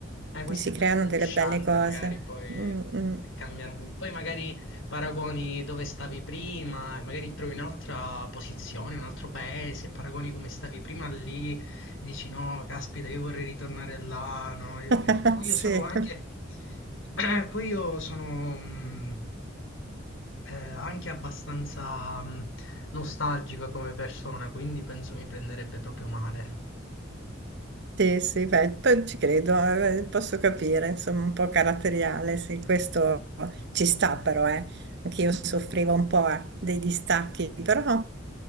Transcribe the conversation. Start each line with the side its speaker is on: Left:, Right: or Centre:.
Left: Eh, questo
Right: E si
Left: è
Right: creano
Left: vera, è angosciante,
Right: delle belle cose.
Left: magari poi
Right: Mm, mm.
Left: cambiare. un- Poi magari paragoni dove stavi prima, e magari trovi un'altra posizione, un altro paese, paragoni come stavi prima lì e dici no, caspita, io vorrei ritornare là, no, io-
Right: <laughs>
Left: Poi
Right: Sì.
Left: io sono anche... <clears throat> Poi io sono... mm, eh, anche abbastanza mh, nostalgico come persona, quindi penso mi prenderebbe proprio male.
Right: Sì, sì, beh, poi ci credo, eh, posso capire, insomma, un po' caratteriale, sì, questo ci sta però, eh. Anche io soffrivo un po', eh, dei distacchi, però